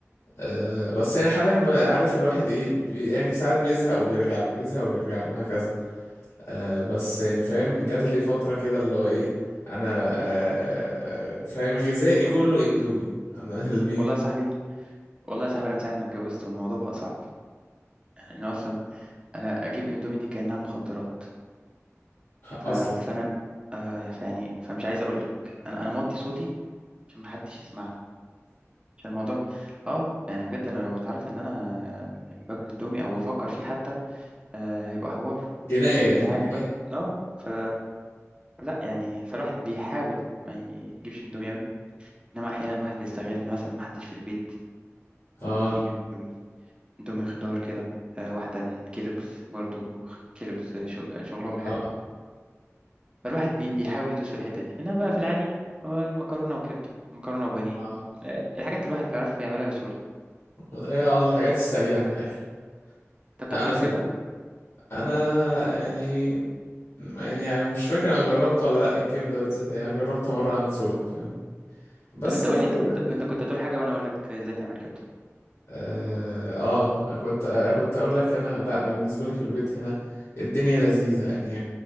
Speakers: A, on the left; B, on the right.
A: آه بس يعني حاليا بقى عارف الواحد ايه بي يعني ساعات بيزهق وبيرجع له بيزهق وبيرجع له هكذا آه بس يعني فاهم جات لي فترة كده اللي هو ايه انا آه فاهم غذائي كله اندومي انا <laughs> اللي بي
B: والله يا صاحبي والله يا صاحبي انا من ساعه ما اتجوزت والموضوع بقى صعب يعني انا اصلا انا اجيب اندومي دي كانها مخدرات ف...
A: اصلا
B: فانا آه يعني فمش عايز اقول لك انا انا موطي صوتي عشان ما حدش يسمعنا عشان الموضوع اه يعني بجد انا لو اتعرف ان انا باكل اندومي او بفكر فيه حتى آه هيبقى حوار
A: جناية
B: وانت
A: دي
B: عارف
A: <laughs> جناية
B: بقى اه ف لا يعني فالواحد بيحاول ما يجيبش اندومي قوي انما احيانا الواحد بيستغل ان مثلا ما حدش في البيت
A: اه
B: وممكن يجيب اندومي اندومي خضار كده آه واحده من كيلوجز برضو كيلوجز شغ- شغلهم حلو
A: اه
B: فالواحد بي بيحاول يدوس في الحتة دي إنما بقى في العادي هو مكرونة وكبدة مكرونة وبانيه
A: اه
B: آه، الحاجات اللي الواحد بيعرف يعملها بسهولة
A: هي اه الحاجات السريعة من الآخر
B: أنت بتعرف
A: لا أنا
B: تعمل
A: فيلم
B: كبدة؟
A: أنا يعني يعني يعني مش فاكر أنا جربت ولا لأ الكبدة بالذات يعني أنا جربت مرة أعمل سجق فاهم بس
B: طب أنت
A: أعتقد
B: قول لي أنت كنت
A: إن
B: أنت كنت هتقول حاجة وأنا أقول لك إزاي تعمل كبدة
A: آه, آه كنت آه كنت أقول لك أنا لأ أنا بالنسبة لي في البيت هنا الدنيا لذيذة يعني